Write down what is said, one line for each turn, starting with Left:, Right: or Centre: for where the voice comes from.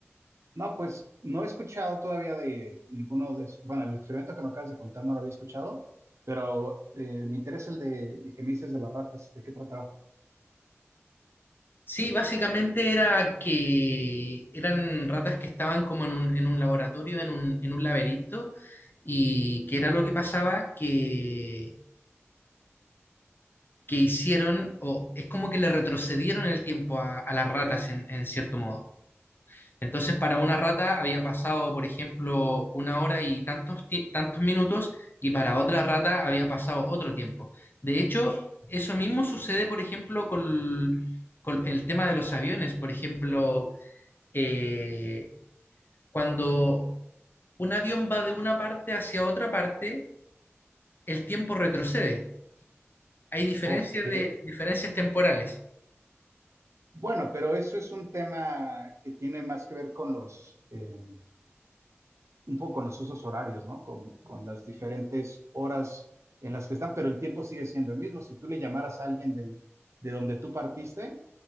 Right: No, pues no he escuchado todavía de ninguno de, es- bueno, el experimento que me acabas de contar no lo había escuchado, pero eh, me interesa el de, el que me dices de las ratas, ¿de qué trataba?
Left: Sí, básicamente era que eran ratas que estaban como en un, en un laboratorio, en un, en un laberinto, y que era lo que pasaba, que, que hicieron, o es como que le retrocedieron el tiempo a, a las ratas en en cierto modo. Entonces, para una rata había pasado, por ejemplo, una hora y tantos, ti- tantos minutos, y para otra rata había pasado otro tiempo. De hecho, eso mismo sucede, por ejemplo, con, con el tema de los aviones. Por ejemplo, eh, cuando un avión va de una parte hacia otra parte, el tiempo retrocede. Hay diferencias
Right: Ok.
Left: de, diferencias temporales.
Right: Bueno, pero eso es un tema que tiene más que ver con los, em, un poco con los usos horarios, ¿no? Con, con, las diferentes horas en las que están, pero el tiempo sigue siendo el mismo. Si tú le llamaras a alguien del, de donde tú partiste,